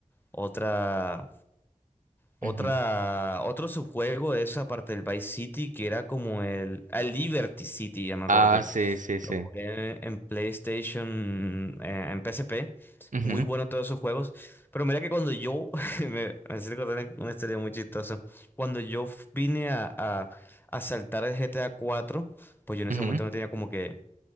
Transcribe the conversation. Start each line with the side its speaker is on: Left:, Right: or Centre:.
Left: otra, otra,
Right: ujú.
Left: otro subjuego de esa parte del Vice City que era como el, ah, el Liberty City, ya me acordé.
Right: Ah, sí, sí, sí.
Left: Lo jugué en PlayStation, eh, en PSP.
Right: Ujú,
Left: Muy bueno todos esos juegos. Pero mira que cuando yo, <laughs> me, me hiciste contar una historia muy chistosa. Cuando yo f- vine a, a, a saltar el GTA cuatro, pues yo en
Right: ujú,
Left: ese momento no tenía como que